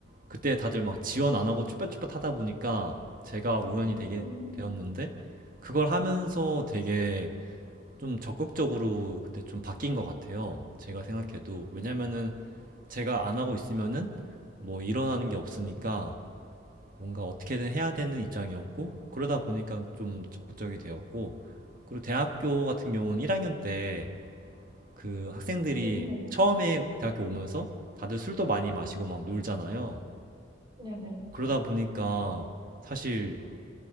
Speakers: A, on the right; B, on the right.
A: 그때 다들 막 지원 안 하고 쭈뼛쭈뼛 하다 보니까 제가 우연히 되게
B: 음,
A: 되었는데 그걸 하면서 되게 좀 적극적으로 그때 좀 바뀐 것 같아요. 제가 생각해도. 왜냐면은 제가 안 하고 있으면은 뭐 일어나는 게 없으니까 뭔가 어떻게든 해야 되는 입장이었고 그러다 보니까 좀 적극적이 되었고 그리고 대학교 같은 경우는 1학년 때 그 학생들이
B: 음, 네.
A: 처음에 대학교 오면서 다들 술도 많이 마시고 막 놀잖아요.
B: 네네.
A: 그러다 보니까 사실